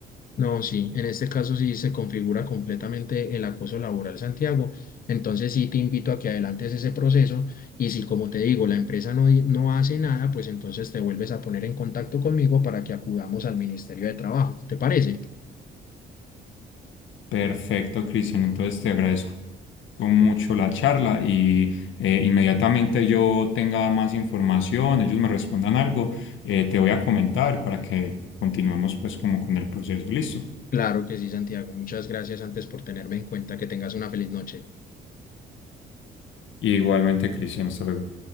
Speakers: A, on the left; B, on the left.
A: No, sí, en este caso sí se configura completamente el acoso laboral, Santiago. Entonces sí te invito a que adelantes ese proceso y si, como te digo, la empresa no, di- no hace nada, pues entonces te vuelves a poner en contacto conmigo para que acudamos al Ministerio de Trabajo. ¿Te parece?
B: Perfecto, Cristian. Entonces te agradezco mucho la charla y eh, inmediatamente yo tenga más información, ellos me respondan algo, eh, te voy a comentar para que continuemos pues como con el proceso. Listo.
A: Claro que sí, Santiago. Muchas gracias antes por tenerme en cuenta. Que tengas una feliz noche.
B: Igualmente, Cristian, hasta luego.